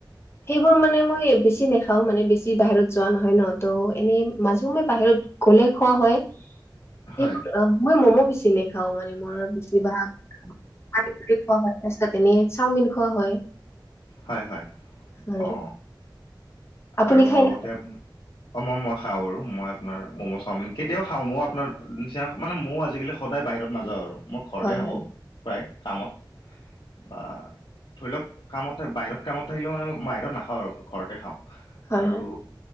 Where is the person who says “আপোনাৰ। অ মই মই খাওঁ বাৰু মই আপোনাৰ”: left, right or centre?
Left